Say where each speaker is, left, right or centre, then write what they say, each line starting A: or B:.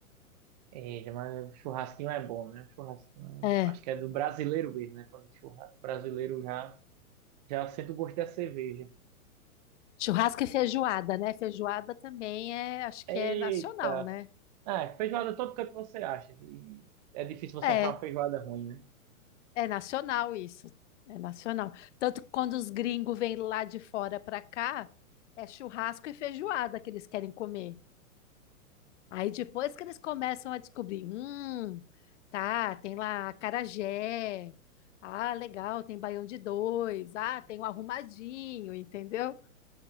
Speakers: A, on the right (about 30°); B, on the left (about 55°).
A: É, mas churrasquinho é bom, né? Churrasquinho
B: É.
A: é... Acho que é do brasileiro mesmo, né? Quando churrasco brasileiro já, já sente o gosto da cerveja.
B: Churrasco e feijoada, né? Feijoada também é, acho
A: Eita!
B: que é nacional, né?
A: ah feijoada todo canto você acha. E é difícil
B: É.
A: você achar uma feijoada ruim, né?
B: É nacional isso. É nacional. Tanto que quando os gringos vêm lá de fora para cá, é churrasco e feijoada que eles querem comer. Aí depois que eles começam a descobrir, hum, tá, tem lá acarajé. Ah, legal, tem baião de dois. Ah, tem o arrumadinho, entendeu?